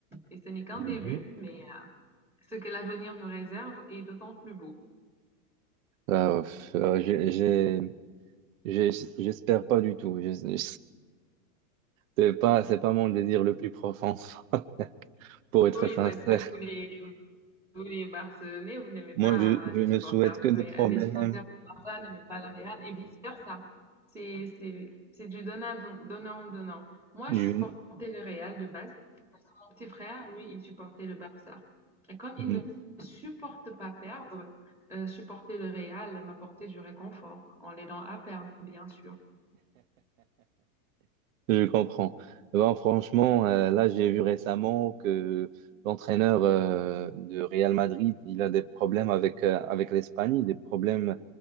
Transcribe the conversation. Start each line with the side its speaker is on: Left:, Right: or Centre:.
Centre: et ce n'est qu'un
Right: Mhm.
Centre: début, mais euh, ce que l'avenir nous réserve est d'autant plus beau.
Right: Euh, pff, euh, j'ai, j'ai- J'ai- J'espère pas du tout. Je- je- C'est pas, c'est pas mon désir le plus profond, <laughs> pour être
Centre: Oui,
Right: sincère.
Centre: parce que vous les, vous les Barcelonais, vous n'aimez pas
Right: Moi, je,
Centre: les
Right: je ne
Centre: supporters
Right: souhaite
Centre: du
Right: que
Centre: Real,
Right: des problèmes.
Centre: les supporters du Barça n'aiment pas le Real et vice-versa. C'est, c'est, c'est du donnant, donnant, donnant. Moi,
Right: Je-
Centre: je supportais le Real de base Mon petit frère, lui, il supportait le Barça. Et comme il
Right: euh,
Centre: ne supporte pas perdre, euh, supporter le Real m'apportait du réconfort en l'aidant à perdre, bien sûr.
Right: Je comprends. Eh Ben, franchement, euh, là, j'ai vu récemment que l'entraîneur euh, de Real Madrid, il a des problèmes avec, euh, avec l'Espagne, des problèmes